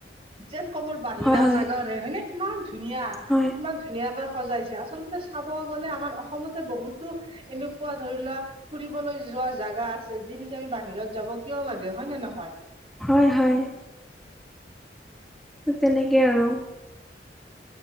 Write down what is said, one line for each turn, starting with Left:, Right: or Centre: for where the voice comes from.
Right: যেন কবৰ বাহিৰা
Centre: হয়
Right: জাগাৰে হয়নে ইমান ধুনীয়া
Centre: হয়
Right: ইমান। ধুনীয়াকৈ সজাইছে আচলতে চাব গ'লে আমাৰ অসমতে বহুতো এনেকুৱা ধৰি লোৱা। ফুৰিবলৈ যোৱা জাগা আছে যি নেকি আমি বাহিৰত যাব কিয় লাগে হয় নে নহয়।
Centre: হয় হয়। ত তেনেকেই আৰু।